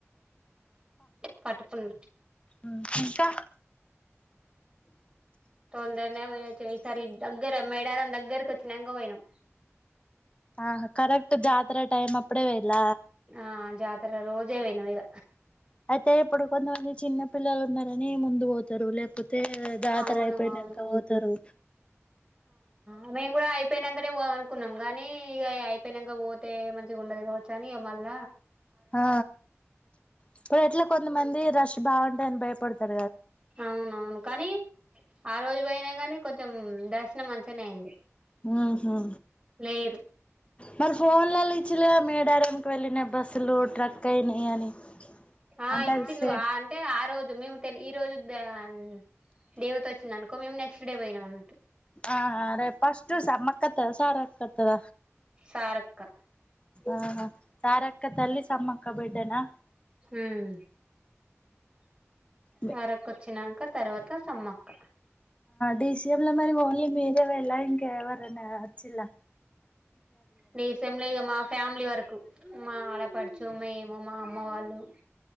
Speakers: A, on the right (about 20°); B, on the left (about 25°).
A: పట్టుకున్నా
B: ఆ ఇంకా
A: తొందరనే పోయిచ్చినం ఈసారి దగ్గర మేడారం దగ్గరికి వచ్చినంక పోయినం
B: ఆ కరెక్ట్ జాతర టైమ్ అప్పుడే పోయిల్ల
A: ఆ జాతర రోజే పోయినాం ఇగ
B: అయితే ఇప్పుడు కొంతమంది చిన్న పిల్లలు ఉన్నరని ముందు పోతరు లేకపోతే పోతే జాతర
A: అవును
B: అయిపోయినంక
A: అవును
B: పోతరు
A: అ మేం కూడా అయి పోయినంక నే పోదాం అనుకున్నాం కానీ ఇగ అయిపోయినంక పోతే మంచిగుండది కావచ్చని ఇగ మళ్ళ
B: ఆ ఇప్పుడు ఎట్ల కొంతమంది రష్ బాగుంట ఉంటరని భయపడుతరు
A: అవునవును కని ఆ రోజు పోయిన కానీ కొంచెం దర్శనం మంచి గనే అయింది
B: ఆ హ
A: లేరు
B: మరి ఫోన్ లల్ల ఇచ్చిళ్లు కదా మేడారం వెళ్ళిన బస్సులు ట్రక్ అయినయ్ అని
A: ఆ
B: అంటే
A: ఇచ్చిళ్ళు
B: అది సే
A: ఆ అంటే ఆ రోజు మేము తెలి ఈ రోజు దేహన్ దేవత వచ్చిందనుకో మేము నెక్స్ట్ డే పోయినం అన్నట్టు
B: ఆ ఆ రే పస్టు సమ్మక్క అత్తదసార క్కత్తద
A: సారక్క
B: ఆ ఆహ సారక్క తల్లి సమ్మక్క బిడ్డనా
A: ఉమ్
B: మ్
A: సారక్క వచ్చినాక తర్వాత సమ్మక్క
B: డిసిఎం లో మరి ఓన్లీ మీరే పోయిల్లా ఇంక ఎవరన్నా వచ్చిళ్ల
A: డీసీఎం లా ఇగా మా ఫ్యామిలీ వరకు మా ఆడపడుచు చు మేము మా అమ్మ వాళ్ళు